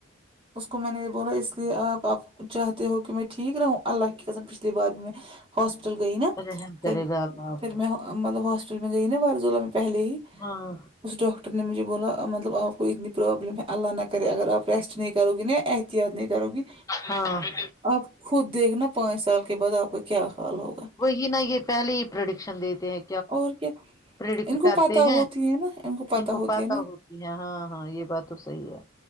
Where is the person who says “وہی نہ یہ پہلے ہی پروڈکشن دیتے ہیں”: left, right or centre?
Left